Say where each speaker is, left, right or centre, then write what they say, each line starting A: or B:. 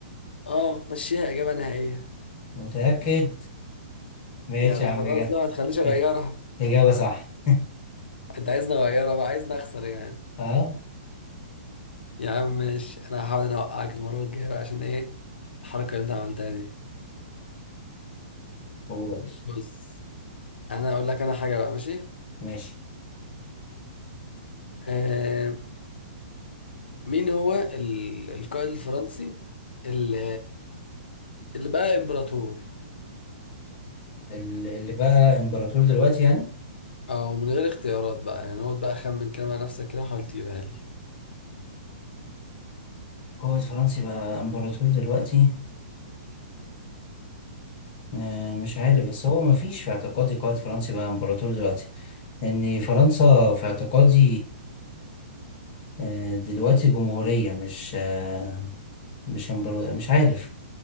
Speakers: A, on the left; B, on the left.
A: اه مشيها اجابة نهائية
B: متأكد ماشي
A: يعني
B: يا عم
A: خلاص
B: إجابة
A: بقى ما تخليش اغيرها
B: <laughs> إجابة صح
A: انت عايزني اغيرها بقى عايزني اخسر يعني
B: أه
A: يا عم ماشي انا هحاول انا اوقعك المرة الجاية بقى عشان ايه الحركة اللي انت عملتها دي
B: هو ده.
A: بص انا اقول لك انا حاجه بقى ماشي
B: ماشي
A: آه مين هو ال... القائد الفرنسي اللي اللي بقى امبراطور
B: ال- اللي بقى إمبراطور دلوقتي يعني
A: او من غير اختيارات بقى يعني اقعد بقى اخمن كده مع نفسك كده حاول تجيبها لي
B: قائد فرنسي بقى إمبراطور دلوقتي آه مش عارف
A: يعني
B: بس هو مفيش في اعتقادي قائد فرنسي بقى إمبراطور دلوقتي لأن فرنسا في اعتقادي آه، دلوقتي جمهورية مش آه، مش امبرو مش عارف